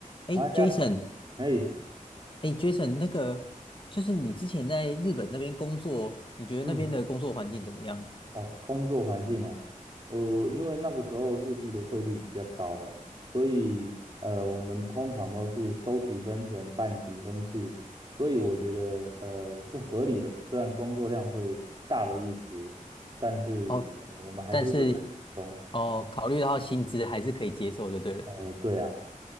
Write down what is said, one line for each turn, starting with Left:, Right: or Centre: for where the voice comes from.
Left: 哎，Jason，
Right: 哎呀，哎，
Left: 哎，Jason，那个就是你之前在日本那边工作，你觉得那边的工作环境怎么样？
Right: 嗯，哦，工作环境哦，呃，因为那个时候日币的汇率比较高了，所以呃，我们通常都是收几分钱办几分事，所以我觉得呃是合理的，虽然工作量会大了一些，但是呃我们还是乐在其中。
Left: 哦，但是哦，考虑到薪资还是可以接受就对了。
Right: 哎，对啊。